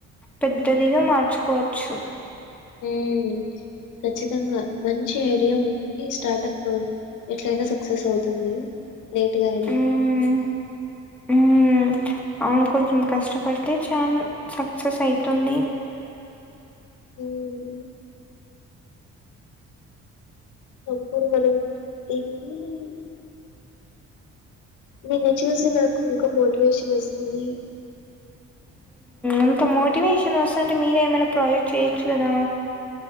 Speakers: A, in the centre; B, on the left (about 85°).
A: పెద్దదిగా మార్చుకోవచ్చు
B: మ్మ్ ఖచ్చితంగా మంచి ఐడియా ఉంది స్టార్టప్ ఎట్లయినా సక్సెస్ అవుతుంది లేట్ గా అయిన
A: ఉమ్ హ్మ్. అవును కొంచెం కష్టపడితే చాలు సక్సెస్ అయితుంది
B: మ్మ్ అపుడు <unintelligible> నిన్ను చూసి నాకు ఇంకా మోటివేషన్ వస్తుంది
A: అంత మోటివేషన్ వస్త అంటే మీరే ఏమైనా ప్రాజెక్ట్ చేయొచ్చు కదా.